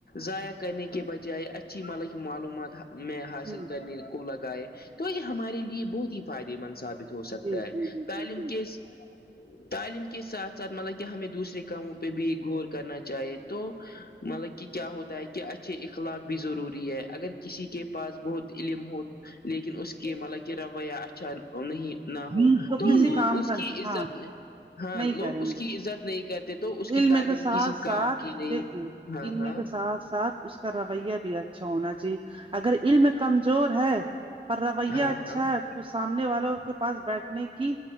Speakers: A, on the left; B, on the right.
A: ضائع کرنے کے بجائے اچھی ملک معلومات میں حاصل
B: جی
A: کرنے کو لگائے تو یہ ہمارے لیے بہت ہی فائدے مند ثابت ہو
B: جی
A: سکتا
B: جی
A: ہے
B: جی
A: تعلیم
B: جی جی
A: کے تعلیم کے ساتھ ساتھ مطلب کہ ہمیں دوسرے کاموں پہ بھی غور کرنا چاہیے تو مطلب کہ کیا ہوتا ہے کہ اچھے اخلاق بھی ضروری ہے اگر کسی کے پاس بہت علم ہو لیکن اس کے مطلب کہ رویہ اچھا اچھا نہیں نہ
B: جی
A: ہو تو
B: کسی
A: لوگ
B: کام
A: اس
B: کا
A: کی عزت
B: ہاں
A: ہاں
B: نہیں
A: لوگ
B: کریں
A: اس
B: گے
A: کی عزت نہیں کرتے تو اس کی
B: علم
A: تعلیم
B: کے ساتھ
A: کسی
B: ساتھ
A: کام کی نہیں
B: دیکھے
A: ہاں
B: علم
A: ہاں
B: کے ساتھ ساتھ اس کا رویا بھی اچھا ہونا جی اگر علم کمزور ہے پر رویہ
A: ہاں
B: اچھا
A: ہاں
B: تو سامنے والوں کے پاس بیٹھنے کی